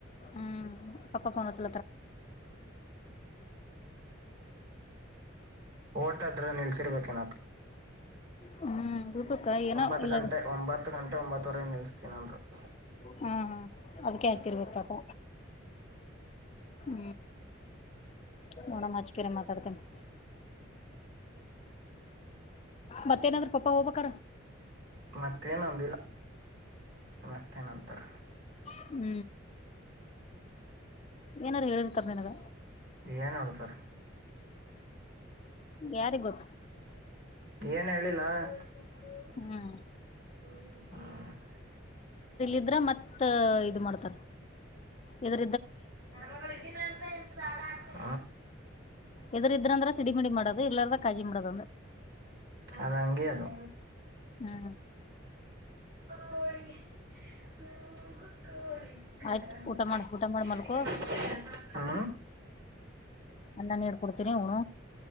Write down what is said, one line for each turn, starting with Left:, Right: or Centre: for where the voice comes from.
Left: ಹೂ ಪಪ್ಪಾ ಫೋನ್ ಅಚ್ಚ
Right: ಓಟದ್ರ ನಿಲ್ಸಿರ್ಬೇಕು
Left: ಹ್ಮ್ ಊಟಕ್ಕ ಏನೋ
Right: ಒತ್
Left: ಇಲ್ಲದ
Right: ಗಂಟೆ ಒ ಗಂಟೆ ಒಂಬತ್ತುವರೆ ನಿ <unintelligible>
Left: ಹೂ ಹೂ ಅದ್ಕೆ ಹಚ್ಚಿರ್ ಗತ್ತಪ್ಪ ಹೂ ನೋಡ ಅಚಿಕರೆ ಮಾತಾಡ್ತೇನೆ ಮತ್ತೇನಾದ್ರ ಪಾಪ ಹೋಗ್ಕ
Right: ಮತ್ತೇನೊಂದಿಲ್ಲ ಮತ್ತೇನಂತಾರ
Left: ಹೂ ಏನಾರು ಹೇಳಿರ್ತರ್ ನಿನಗ
Right: ಏನ್ ಹೇಳ್ತಾರಾ
Left: ಯಾರಿಗ್ ಗೊತ್ತು
Right: ಏನ್ ಹೇಳಿಲ್ಲ ಹ
Left: ಹ್ಮ್ ಇದ್ರ ಮ ಇ ಮಾಡ್ತ ಇದ
Right: ಯಾಗ ಇದಂತ
Left: ಎದ್ರ ಇದ್ರಂದ್ರ ಸಿಡಿಮಿಡಿ ಮಾಡೋದು ಇಲ್ಲಾರದ ಕಾಜಿ ಮಾಡದಂದ
Right: ಅದಂಗೇ ಅದು
Left: ಹೂ
Right: ಕೋಳಿಗೆ ಕೋಗೋ ಕೋಳಿ ಕರ
Left: ಆಯ್ತ್
Right: ಮಸಾಲೆ
Left: ಊಟ ಮಾಡ ಊಟ ಮಾಡಿ ಮಲ್ಕೋ
Right: ಹಾ
Left: ಅ್ಣನ್ ಹೇಡ್ಕೊಡ್ತೀರಿ ಉಣ್ಣು